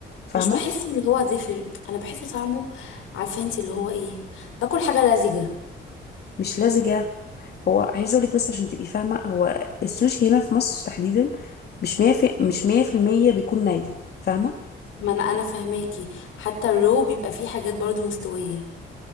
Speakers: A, on the left; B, on the left.
A: فاهمه
B: مش بحس اللي هو زفر انا بحس طعمه عارفه انت اللي هو ايه باكل حاجه لزجه
A: مش لزجه هو عايزه اقول لك بس عشان تبقي فاهمه هو السوشي هنا في مصر تحديدا مش 100 في مش 100% بيكون ني فاهمه
B: ما انا انا فهماكي حتى الرو بيبقى فيه حاجات برضو مستويه